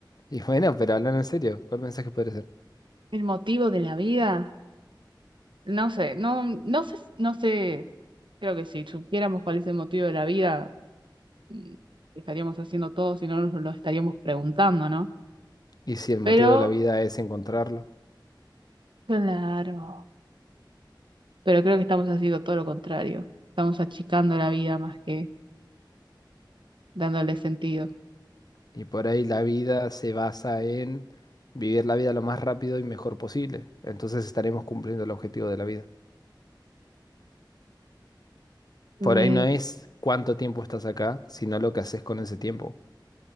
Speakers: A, on the left; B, on the right.
A: Y bueno, pero hablando en serio, ¿cuál mensaje podría ser?
B: El motivo de la vida, no sé, no, no sé, no sé, creo que si supiéramos cuál es el motivo de la vida, mm, estaríamos haciendo todo, si no nos lo estaríamos preguntando, ¿no?
A: Y si el motivo
B: Pero,
A: de la vida es encontrarlo.
B: claro, pero creo que estamos haciendo todo lo contrario. Estamos achicando la vida más que dándole sentido.
A: Y por ahí la vida se basa en vivir la vida lo más rápido y mejor posible. Entonces estaremos cumpliendo el objetivo de la vida.
B: Me,
A: Por ahí no es cuánto tiempo estás acá, sino lo que haces con ese tiempo.